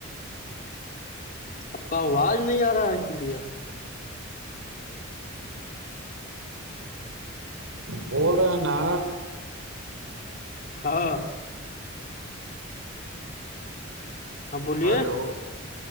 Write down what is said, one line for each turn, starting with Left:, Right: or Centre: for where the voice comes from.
Left: اب کا آواز نہیں آ رہا ہے کلیئر
Right: بول رہا ہے نا
Left: ہاں ہاں بولیے
Right: ہلو